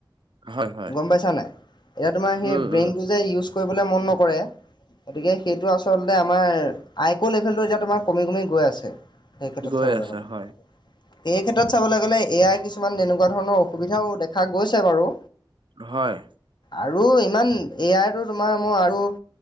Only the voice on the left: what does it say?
গম পাইছা নাই? এতিয়া তোমাৰ সেই
ব্ৰেইনটো
যে ইউজ কৰিবলে মন নকৰে- গতিকে, সেইটো আচলতে আমাৰ আইক' লেভেলটো এতিয়া তোমাৰ কমি কমি গৈ আছে। সেই ক্ষেত্ৰত
চাবলে
গলে।
এই ক্ষেত্ৰত চাবলৈ গ'লে এয়াই কিছুমান তেনেকুৱা ধৰণৰ অসুবিধাও দেখা গৈছে বাৰু।
আৰু ইমান এয়াৰটো তোমাৰ মই আৰু-